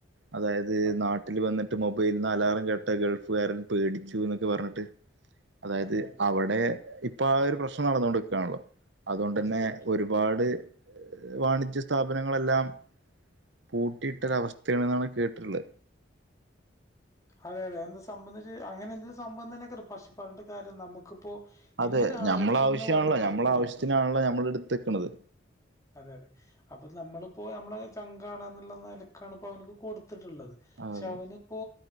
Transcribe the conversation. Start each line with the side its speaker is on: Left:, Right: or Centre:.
Right: അതായത്
Left: അതെ
Right: നാട്ടില് വന്നിട്ട് മൊബൈൽന്ന് അലാറം കേട്ട ഗൾഫുകാരൻ പേടിച്ചു എന്നൊക്കെ പറഞ്ഞിട്ട് അതായത്
Left: അതെ അതെ
Right: അവിടെ
Left: അതെ
Right: ഇപ്പൊ ആ ഒരു പ്രശ്നം നടന്നോണ്ട്ക്കാണല്ലോ അതുകൊണ്ടെന്നെ
Left: തീർച്ചയായിട്ടും
Right: ഒരുപാട് വാണിജ്യ സ്ഥാപനങ്ങളെല്ലാം പൂട്ടിയിട്ടൊരവസ്ഥയാണെന്നാണ് കേട്ടിട്ട്ള്ളത്
Left: അതെ അതെ അഎന്താ സംഭവന്നെച്ച അങ്ങനെന്തൊ സംഭവം തന്നെയെക്കറി പക്ഷെ പറഞ്ട്ട് കാര്യല്ല നമുക്കിപ്പോ
Right: അതെ
Left: ഇന്റൊരു
Right: ഞമ്മള
Left: ആവശ്യംന്ന്
Right: ആവശ്യാണല്ലോ
Left: പറഞ്ഞാല്
Right: ഞമ്മളെ ആവശ്യത്തിനാണല്ലോ
Left: ആ ആ
Right: ഞമ്മൾ എടുത്തെക്ക്ണത്
Left: അതെ അതെ അപ്പൊ നമ്മളിപ്പോ ഞമ്മളെ ചങ്കാണ്ന്ന്ള്ള നെലക്കാണ് ഇപ്പോ അവനിക്ക് കൊടുത്തിട്ട്ള്ളത് പക്ഷെ
Right: അതെ
Left: അവനിപ്പോ